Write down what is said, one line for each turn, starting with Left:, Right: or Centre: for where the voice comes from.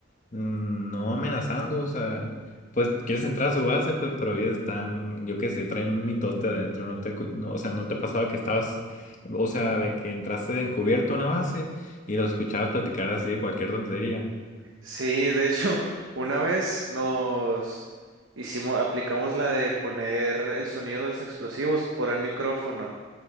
Left: mm, no amenazando, o sea, pues quieres entrar a su base, pues pero ellos están, yo qué sé, traen un mitote adentro, no te, cu- no, o sea, no te pasaba que estabas, o sea, de que entraste de encubierto a una base y los escuchabas platicar así de cualquier tontería.
Right: Sí, de hecho, <laughs> una vez nos hicimos, aplicamos la de poner el sonido de los explosivos por el micrófono